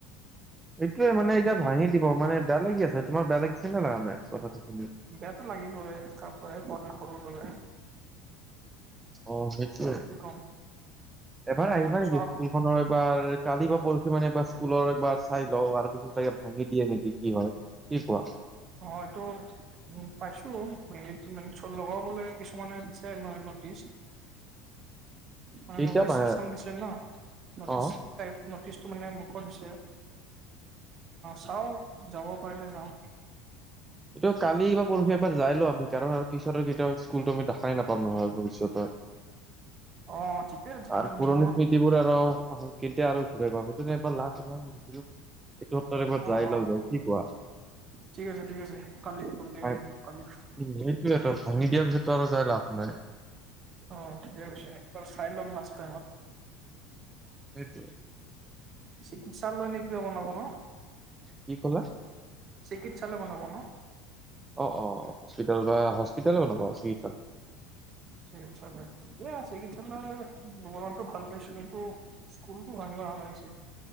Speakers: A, on the right; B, on the right.
A: এইটোয়ে মানে এতিয়া ভাঙি দিব মানে বেলেগি আছেমাৰ বেলেগ দিছে নে নানে কথাটো শুনি।
B: বেয়াতটো লাগিবই তাৰ পৰা পা সৰু পৰা।
A: অ সেইটোয়ে
B: কি ক'ম
A: এবাৰ
B: এতিয়া
A: আহিবা নেকি।
B: চখ
A: নৰ এইবাৰ কালি বা পৰি মানে এইবাৰ স্কুলৰ এবাৰ চাই লওঁ আৰু পিছত চাগে। ভাঙিদিয়ে নেকি কি হয় কি কোৱা?
B: অটো। উম পাইছো হে লগৰ বোলে কিছুমানে দিছে নহয় নটিচ। মানে
A: কেতিয়া
B: নটিছ
A: পাৰে
B: চিম দিছে ন নটিছ।
A: অ
B: টাইপ ন'টিচটো মানে মুখত দিছে চাওঁ যাব পাৰিলে যাওঁ।
A: এইটো কালি বা পৰহি এবাৰ যাই লও আমি কাৰণ আৰু পিছতৰ কেতিয়াও স্কুলতো আমি দেখাই নাপাম নহয়। ভৱিষ্যতে
B: অ ঠিকে যাম
A: আৰু পুৰণি।
B: মনত
A: কি বোৰ আৰু কেয়া আৰু ঘূ পাব সেইটোবাৰ লা। এইটো সত্তৰবাৰ
B: অ
A: যাই
B: অ
A: লওঁ য কি কোৱা।
B: ঠিক আছে ঠিক আছে কালি কি
A: ভাই,
B: হ'লো কালি।
A: উম সেইটোয় তো ভাঙি দিয়াৰ পিছতো আৰু যাই লাভ নাই।
B: অ ঠিকে কইছে চাই লম লাষ্ট্ত।
A: সেইটোৱে।
B: চিকিৎসাল লৈ নে কিবা বনাব ন
A: কি কলা?
B: চিকিৎসালয় বনাব ন
A: অ ', অ ', হস্পিটেল বা হস্পিতেলে বনাবা চিকিৎসালয়
B: চিকিৎসালয় ঠিক চিকিৎসালয় বমতটো ভাল পাইছো কিন্তু স্কুলতো ভাবিব ভাল লাগিছিল